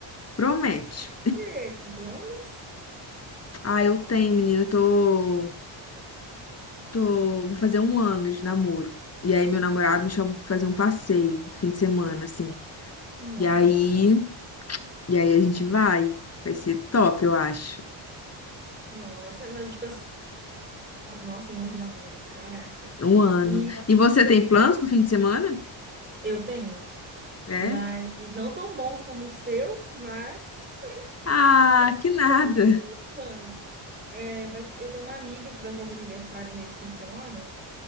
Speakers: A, on the left; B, on the right.
A: promete.
B: E aí, tem planos?
A: Ah, eu tenho, menina, tô, tô, vou fazer um ano de namoro. E aí meu namorado me chamou pra fazer um passeio no fim de semana, assim.
B: Nossa,
A: E aí E aí a gente vai. Vai ser top, eu acho.
B: nossa, mas tipo assim, nossa, um ano de namoro, caraca.
A: Um ano.
B: E
A: E você tem planos pro fim de semana?
B: eu tenho,
A: É?
B: mas não tão bons como o seu, mas <laughs>
A: Ah, que
B: fizemos
A: nada.
B: planos. É, vai- eu tenho uma amiga que vai fazer aniversário nesse fim de semana.